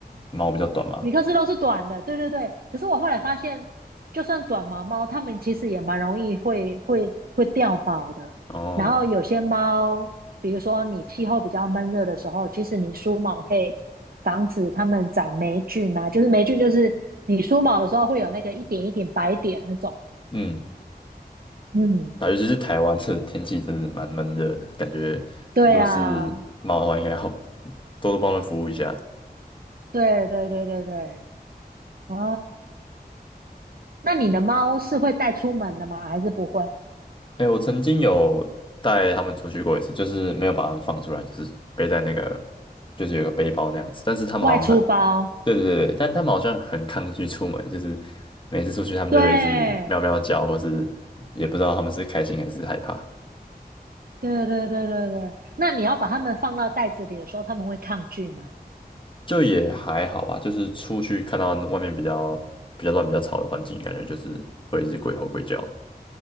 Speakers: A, on the left (about 30°); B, on the right (about 65°).
A: 毛比较短吗？
B: 米克斯都是短的，对对对。可是我后来发现，就算短毛猫，它们其实也蛮容易会会会掉毛的。
A: 哦，
B: 然后有些猫，比如说你气候比较闷热的时候，其实你梳毛可以防止它们长霉菌啊，就是霉菌就是你梳毛的时候会有那个一点一点白点那种。
A: 嗯，
B: 嗯，
A: 啊，尤其是台湾这天气真的蛮闷热的，感觉如果是猫的话，
B: 对啊，
A: 应该要 <laughs> 多多帮它们服务一下。
B: 对对对对对，啊，那你的猫是会带出门的吗？还是不会？
A: 哎，我曾经有带他们出去过一次，就是没有把他们放出来，就是背在那个，就是有个背包那样子。但是他们好像很，
B: 外出包？
A: 对对对对，但他们好像很抗拒出门，就是每次出去他们就会一直喵喵叫，
B: 对，
A: 或是也不知道他们是开心还是害怕。
B: 对对对对对，那你要把它们放到袋子里的时候，它们会抗拒吗？
A: 就也还好吧，就是出去看到外面比较比较乱、比较吵的环境，感觉就是会一直鬼吼鬼叫的